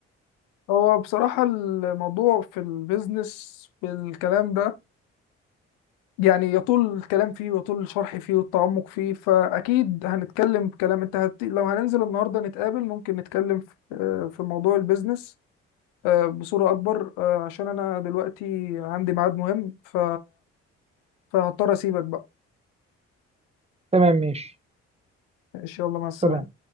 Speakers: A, on the left (about 80°); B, on the right (about 20°).
A: هو بصراحة الموضوع في البيزنس بالكلام ده يعني يطول الكلام فيه ويطول الشرح فيه والتعمق فيه فأكيد هنتكلم بكلام أنت هت... لو هننزل النهاردة نتقابل ممكن نتكلم في آه، في موضوع البيزنس آه، بصورة أكبر آه، عشان أنا دلوقتي عندي ميعاد مهم ف... فهضطر أسيبك بقى
B: تمام ماشي
A: إن شاء الله مع السلامة
B: سلام